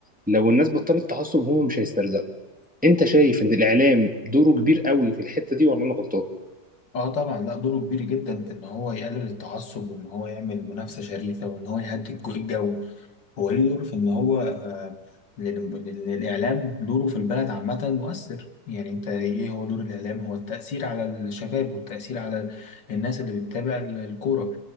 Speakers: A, in the centre; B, on the left (about 70°).
A: لو الناس بطلت تعصب هم مش هيسترزقوا انت شايف ان الاعلام دوره كبير قوي في الحته دي ولا انا غلطان
B: اه طبعا لا دوره كبير جدا في ان هو يقلل التعصب وان هو يعمل منافسة شريفة وان هو يهدي الجو هو ليه دور في ان هو آه، لأن لأن الاعلام دوره في البلد عامه مؤثر يعني انت ايه هو دور الاعلام هو التاثير على الشباب والتاثير على الناس اللي بتتابع ال- الكوره